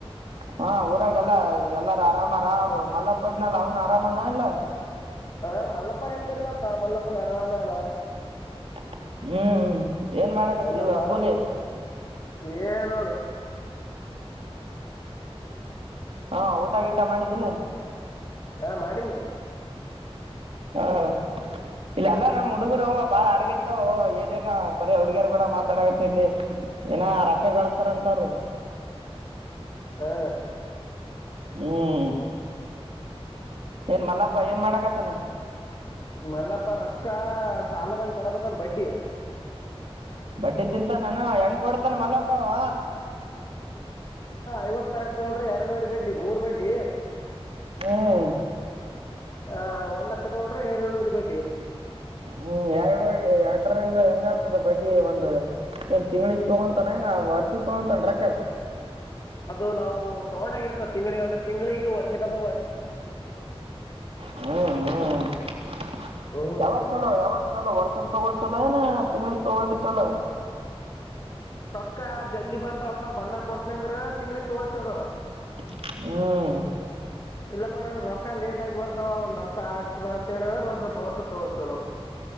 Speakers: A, on the right; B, on the left.
A: ಹಾ ಊರಾಗ ಎಲ್ಲ ಎಲ್ಲಾರ ಆರಾಮ್ ಆರಾಮ್ ಮಲ್ಲ ಪ ಇ ನ ಲಾವನ್ ಆರಾಮಾನ ಇಲ್ಲ
B: ಹಾ ಮಲ್ಲಪ್ಪ ಏನ್ ಕಡಿಮೆ ಅತ ಮಲ್ಲಪ್ಪ ಆರಾಮೇನ
A: ಹ್ಮ್ ಹ್ಮ್ ಏನ್ ಮಾಡಕತ್ತೀವಿ
B: ಎಲ್ಲ ಸಾಲ
A: ಅಬ್ಬುಲಿ
B: <unintelligible> ಏನೋಡು
A: ಹಾ ಊಟ ಗೀಟ ಮಾಡಿದ್ದಿಲ್ಲ
B: ಹಾ ಮಾಡಿನಿ
A: ಹ ಇಲ್ಲ ಎಲ್ಲ ನಮ್ಮ್ ಹುಡುಗರು ಬಾಳ ಅಡಗರ್ತವು ಏನೇನ ಬರ ಹುಡುಗಿಯರ್ ಕೂಡ ಮಾತಾಡಗತ್ತೆ ಇಲ್ಲಿ ಏನ ರಕ್ತ ಮಕಗಗಳತಾರಂತಾರ್ರೀ <unintelligible>
B: ಹ್ಮ
A: ಹ್ಮ್ ಏನ್ ಮಲ್ಲಪ್ಪ ಏನ್ ಮಾಡಾಕತ್ತಾನ
B: ಮಲ್ಲಪ್ಪ ರೊಕ್ಕ ಸಾಲದಂಗ ಕೊಡಗತ್ತನ್ ಬಡ್ಡಿ
A: ಬಡ್ಡಿ ತಿಂತ ನಾನು ಹೆಂಗ ಕೊಡ್ತಾನ ಮಲ್ಲಪ್ಪ ಅವ
B: ಐವತ್ ಸಾವಿರ ತಗೊಂಡ್ರಿ ಎರಡವರಿ ಬಡ್ಡಿ ಮೂರ್ ಬಡ್ಡಿ
A: ಹ್ಮ್
B: ಹಾ ಒಂದಂದು ಲಕ್ಷ ತಗಳ್ರೆ ಏರಳುರು ಬಡ್ಡಿ
A: ಹ್ಮ್ ಎರಡು ಎರಡ್ರಂಗ ಹೆಂಗ ಆತದ ಬಡ್ಡಿ ಒಂದ್ ಏನ್ ತಿಂಗಳಿಗೆ ತಗೋಂತಾನ ಏನ ವರ್ತಿ ತಗೋತನ ರೋಕ್ಕ
B: ಅದು ನಾವು ತಗೊಂಡಾಗಿರತ್ತ ತಿಂಗಳಿಗೆ ಅಂದ್ರೆ ತಿಂಗಳಿಗೆ ವರ್ಷ ಅಂದ್ರೆ
A: ಹ್ಮ್ ಹ್ಮ್ <unintelligible>
B: ಹ್ಞೂ
A: ಯಾವಾಗ ಚಲೋ ಯಾವಾಗ ಚಲೋ ವರ್ಷ ಪಗ ಚಲ ನ ತಿಂಗಳ <unintelligible> ತೋವಾ ಚಲ
B: ಅಕ್ಕ ಜಲ್ದಿ ಬರ್ತಪ ಬಂದಾಗ ಕೊಡ್ತನ ಅಂದ್ರ ತಿಂಗಳಗ್ ತೊಗೋ ಚೋಲ
A: ಹ್ಮ್
B: ಇಲ್ಲಪ್ಪಾ ನಾ ರೊಕ್ಕ ಲೇಟ್ ಆಗಿ ಬರ್ತಾವ ಒಂದ್ರ್ಸ ಆಗ್ತದ ಅಂತ ಹೇಳಿದ್ರ ವರ್ಷ ವರ್ಷ ತಗೋ ಚಲೋ